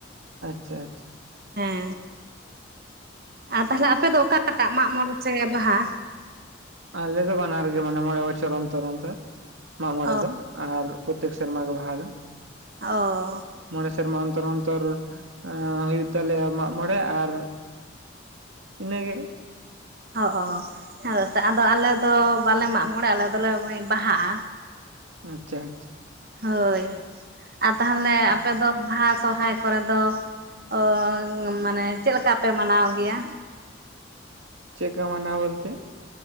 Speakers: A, on the right (about 80°); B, on the right (about 50°).
A: ᱟᱪᱪᱷᱟ ᱟᱪᱪᱷᱟ᱾
B: ᱦᱮᱸ, ᱛᱟᱦᱚᱞᱮ ᱟᱯᱮ ᱫᱚ ᱚᱠᱟᱴᱟᱜ ᱢᱟᱜ ᱢᱚᱬᱮ ᱥᱮ ᱵᱟᱦᱟ?
A: ᱟᱞᱮ ᱫᱚ ᱵᱟᱱᱟᱨ ᱜᱮ ᱢᱟᱱᱮ ᱢᱚᱬᱮ ᱵᱚᱪᱷᱚᱨ ᱚᱱᱛᱚᱨ ᱚᱱᱛᱚᱨ ᱢᱟᱜ ᱢᱚᱬᱮ
B: ᱚ
A: ᱫᱚ᱾ ᱟᱨ ᱯᱨᱚᱛᱮᱠ ᱥᱮᱨᱢᱟ ᱜᱮ ᱵᱟᱦᱟ ᱫᱚ᱾
B: ᱚᱸᱻ᱾
A: ᱢᱚᱬᱮ ᱥᱮᱨᱢᱟ ᱚᱱᱛᱚᱨ ᱚᱱᱛᱚᱨ ᱦᱩᱭᱩᱜ ᱛᱟᱞᱮᱭᱟ ᱢᱟᱜ ᱢᱚᱬᱮ, ᱟᱨ ᱤᱱᱟᱹᱜᱮ᱾
B: ᱚᱸᱻ ᱚᱸᱻ᱾ ᱦᱮᱸ ᱟᱫᱚ ᱟᱞᱮ ᱫᱚ ᱵᱟᱞᱮ ᱢᱟᱜ ᱢᱚᱬᱮ ᱟᱞᱮ ᱫᱚᱞᱮ ᱵᱟᱦᱟᱜᱼᱟ᱾
A: ᱟᱪᱪᱷᱟᱻᱟᱪᱪᱷᱟᱻ᱾
B: ᱦᱳᱭ, ᱟᱨ ᱛᱟᱦᱚᱞᱮ
A: ᱟᱪᱪᱷᱟ,
B: ᱟᱯᱮᱫ ᱫᱚ ᱵᱟᱦᱟ ᱥᱚᱦᱚᱨᱟᱭ ᱠᱚᱨᱮ ᱫᱚ ᱚᱸᱻ ᱢᱟᱱᱮ ᱪᱮᱫ ᱞᱮᱠᱟ ᱯᱮ ᱢᱟᱱᱟᱣ ᱜᱮᱭᱟ?
A: ᱪᱮᱜ ᱠᱟ ᱢᱟᱱᱟ ᱵᱚᱞᱛᱮ?